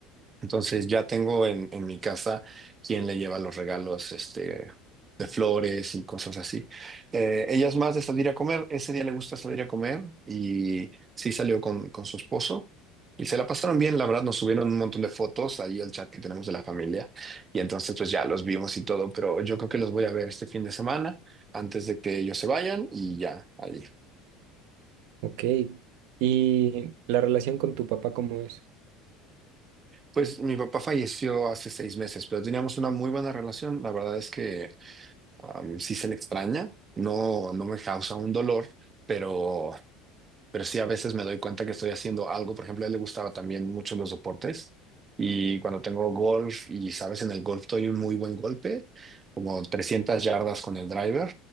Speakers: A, on the right (about 25°); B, on the right (about 70°).
A: Entonces ya tengo en, en mi casa quien le lleva los regalos, este, de flores y cosas así. Eh, ella es más de salir a comer, ese día le gusta salir a comer y sí salió con, con su esposo y se la pasaron bien, la verdad, nos subieron un montón de fotos ahí al chat que tenemos de la familia y entonces pues ya los vimos y todo, pero yo creo que los voy a ver este fin de semana antes de que ellos se vayan y ya, ahí.
B: Ok, ¿y la relación con tu papá cómo es?
A: Pues mi papá falleció hace seis meses, pero teníamos una muy buena relación, la verdad es que... si sí se le extraña, no, no me causa un dolor, pero pero sí a veces me doy cuenta que estoy haciendo algo. Por ejemplo, a él le gustaba también mucho los deportes y cuando tengo golf y sabes, en el golf doy un muy buen golpe, como 300 yardas con el driver.